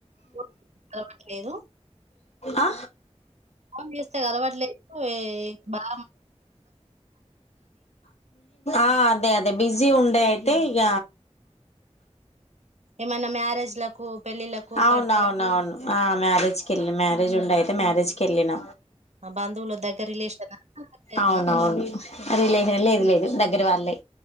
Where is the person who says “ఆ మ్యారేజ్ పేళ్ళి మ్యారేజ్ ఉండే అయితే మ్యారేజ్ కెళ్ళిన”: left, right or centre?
Left